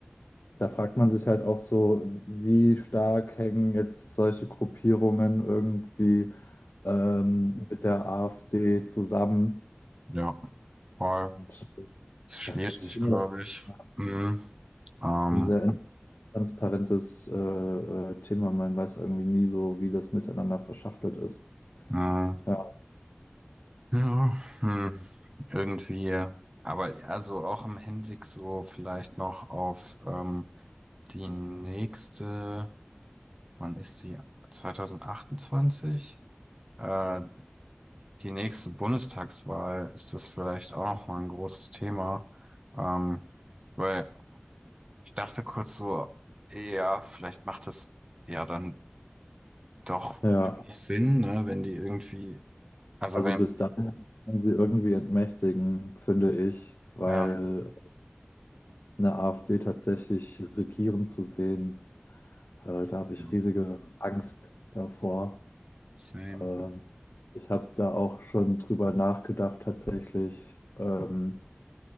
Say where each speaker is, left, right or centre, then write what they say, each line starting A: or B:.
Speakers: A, on the left; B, on the right.
A: da fragt man sich halt auch so, wie stark hängen jetzt solche Gruppierungen irgendwie ähm, mit der AfD zusammen.
B: ja, war
A: Und
B: schwierig,
A: das ist, finde
B: glaube ich.
A: ich,
B: Hm. Ähm,
A: so ein sehr transparentes äh, äh, Thema und man weiß irgendwie nie so, wie das miteinander verschachtelt ist.
B: hm.
A: Ja.
B: Ja, hm. Irgendwie, aber ja, so auch im Hinblick so vielleicht noch auf ähm, die nächste, wann ist sie? 2028? Äh, Die nächste Bundestagswahl ist das vielleicht auch noch mal ein großes Thema, ähm, weil ich dachte kurz so, ja, vielleicht macht es ja dann doch
A: Ja.
B: wenig Sinn, ne, wenn die irgendwie, also
A: Also
B: wenn,
A: bis dahin kann sie irgendwie entmächtigen, finde ich, weil
B: ja,
A: eine AfD tatsächlich regieren zu sehen, äh, da habe
B: ja,
A: ich riesige Angst davor.
B: same,
A: Ähm, ich habe da auch schon drüber nachgedacht, tatsächlich, ähm,